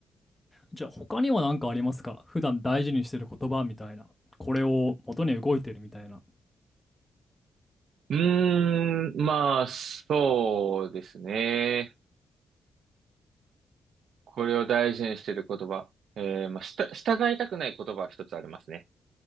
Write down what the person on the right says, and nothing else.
うーん、まあ、そうですね。これを大事にしてる言葉。えー、まあ、した、従いたくない言葉は一つありますね。